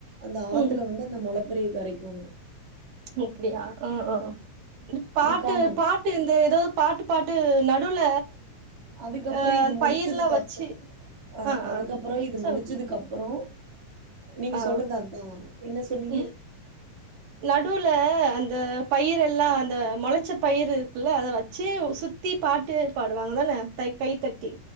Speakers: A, on the right (about 30°); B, on the right (about 80°).
A: அந்த ஆத்துல
B: ம்
A: வந்து மொளப்பாரிய கரைக்கெணு
B: ஓ அப்டியா அ அ அ பாட்டு
A: இது காமன்
B: பாட்டு இந்த ஏதோ பாட்டு பாட்டு இது நடுவுல
A: அதுக்கப்பறோ
B: அ
A: இது முடிச்சதுக்கு
B: பயிர்லா வச்சு
A: அப்பறோ அ
B: ஆ
A: அதுக்கப்பறோ
B: ஆ
A: இது
B: சொல்லுங்
A: முடிச்சதுக்கு அப்றோ நீங்க
B: ஆ
A: சொல்றத அதுதா என்ன சொன்னீங்க
B: ம் நடுவுல அந்த பயிரெல்லா அந்த மொளச்ச பயிர் இருக்குல்ல அத வச்சு சுத்தி பாட்டு பாடுவாங்க தான தை கைத்தட்டி